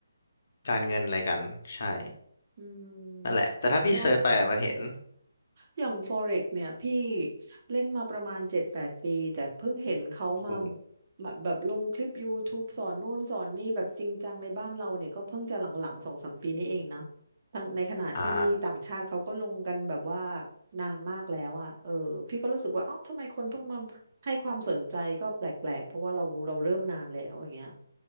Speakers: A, on the left (about 50°); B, on the right (about 40°).
A: การเงินอะไรกันใช่
B: อืม
A: นั่นแหละแต่ถ้าพี่เซิร์ชไปอะมันเห็น
B: เพราะว่าอย่าง Forex เนี่ยพี่เล่นมาประมาณเจ็ดแปดปีแต่เพิ่งเห็นเขามา
A: โอ้โห
B: แบบแบบลงคลิป YouTube สอนนู่นสอนนี่แบบจริงจังในบ้านเราเนี่ยก็เพิ่งจะหลังๆสองสามปีนี้เองนะต่างในขณะที่ต่างชาติเขาก็ลงกันแบบว่า
A: อ่า
B: นานมากแล้วอ่ะเออพี่ก็รู้สึกว่าเอ้าทำไมคนเพิ่งมาให้ความสนใจก็แปลกๆเพราะว่าเราเราเริ่มนานแล้วอย่างเงี้ย